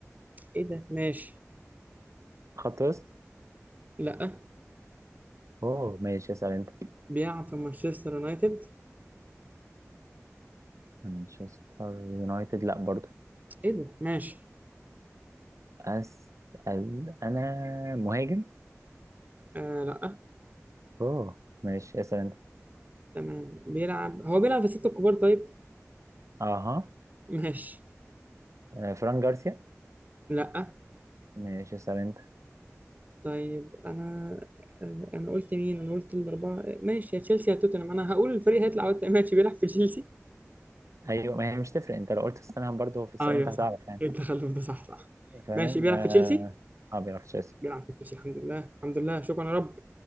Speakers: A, on the right; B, on the right.
A: ايه ده ماشي
B: خط وسط
A: لا
B: اوه ماشي اسأل انت
A: بيلعب في مانشستر يونايتد
B: مانشستر يونايتد لا برضو
A: ايه ده ماشي
B: اسال انا مهاجم
A: آه. لا
B: اوه ماشي اسال انت
A: تمام بيلعب هو بيلعب في الستة الكبار طيب
B: اها
A: ماشي
B: آه، فران جارسيا
A: لا
B: ماشي اسال انت
A: طيب انا آه، انا قلت مين انا قلت الاربعه ماشي يا تشيلسي يا توتنهام انا هقول الفريق هيطلع وقت ماشي بيلعب في تشيلسي
B: ايوه ما هي مش تفرق انت لو قلت ستانهام برضو في السؤال
A: آه، ايوه
B: انت هتعرف
A: صح
B: يعني
A: ايه التخلف ده صح صح
B: فاهم
A: ماشي بيلعب
B: اه
A: في تشيلسي
B: آه، ما بيعرفش اسال
A: بيلعب في تشيلسي الحمد لله الحمد لله شكرا يا رب